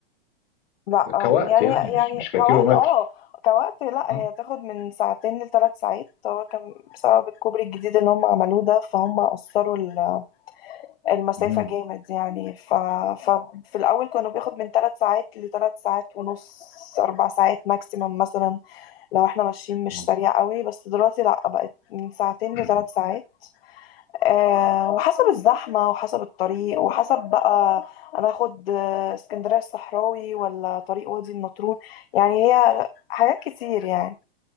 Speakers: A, on the left; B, on the left.
A: لا آم،
B: كوقت
A: يعني
B: يعني مش
A: يعني
B: مش ككيلومتر
A: كوقت اه كوقت لا
B: اه
A: هي تاخد من ساعتين لثلاث ساعات هو كان بسبب الكوبري الجديد اللي هم عملوه ده فهم قصروا ال- المسافة
B: مم.
A: جامد يعني ف... ففي الأول كانوا بياخد من ثلاث ساعات لثلاث ساعات ونص أربع ساعات ماكسيمم مثلا لو احنا ماشيين مش
B: مظ-
A: سريع قوي بس دلوقتي لأ بقت من ساعتين
B: <clears throat>
A: لثلاث ساعات آه وحسب الزحمة وحسب الطريق وحسب بقى أنا أخد آه، اسكندرية الصحراوي ولا طريق وادي النطرون يعني هي حاجات كتير يعني